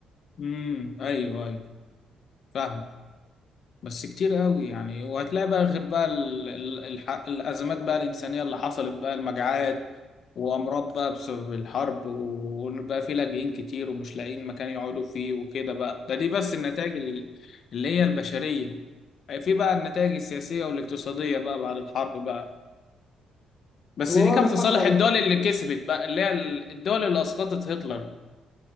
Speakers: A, on the left; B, on the left.
A: امم ايوه ايوه فاهمك بس كتير قوي يعني وهتلاقي بقى غير بقى ال ال الح الازمات بقى الانسانيه اللي حصلت بقى المجاعات وامراض بقى بسبب الحرب وبقى في لاجئين كتير ومش لاقيين مكان يقعدوا فيه وكده بقى ده دي بس النتائج ال- اللي هي البشريه آه، في بقى النتائج السياسيه والاقتصاديه بقى بعد الحرب بقى بس
B: هو
A: دي
B: بعد
A: كان
B: الحرب
A: في صالح
B: على-
A: الدول اللي كسبت بقى اللي هي ال- الدول اللي اسقطت هتلر